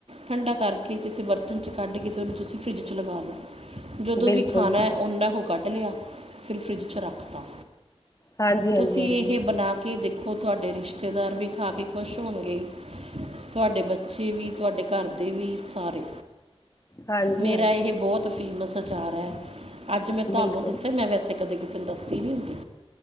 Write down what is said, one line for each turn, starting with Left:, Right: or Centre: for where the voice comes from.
Right: ਠੰਡਾ ਕਰਕੇ ਕਿਸੇ ਬਰਤਨ ਚ ਕੱਢ ਕੇ, ਤੇ ਓਨੂੰ ਤੁਸੀ ਫਰਿੱਜ ਚ, ਲਗਾ ਲੋ। ਜਦੋ
Left: ਬਿਲਕੁਲ
Right: ਵੀ ਖਾਨਾ
Left: ਜੀ।
Right: ਐ ਓਨਾਂ ਕੁ ਕੱਢ ਲੇਯਾ ਫਿਰ ਫਰਿੱਜ ਚ ਰੱਖ ਤਾ
Left: ਹਾਂਜੀ, ਹਾਂਜੀ,
Right: ਤੁਸੀ
Left: ਹਾਂਜੀ,
Right: ਏਹੇ ਬਨਾ ਕੇ ਦੇ ਓ ਤੁਆਡੇ ਰਿਸ਼ਤੇਦਾਰ ਵੀ ਖਾ ਕੇ ਖੁਸ਼ ਹੋਨਗੇ। ਤੁਆਡੇ ਬੱਚੇ ਵੀ, ਤੁਆਡੇ ਘਰ ਦੇ ਵੀ ਸਾਰੇ।
Left: ਹਾਂਜੀ,
Right: ਮੇਰਾ
Left: ਹਾਂਜੀ,
Right: ਇਹ ਬੌਤ ਫੇਮਸ ਅਚਾਰ ਹੈ। ਅੱਜ ਮੈਂ ਤਾਨੂੰ
Left: ਬਿਲਕੁਲ।
Right: ਦੱਸਿਆ ਮੈ ਵੈਸੇ ਕਦੇ ਕਿਸੇ ਨੂੰ ਦੱਸਦੀ ਨੀ ਹੁੰਦੀ।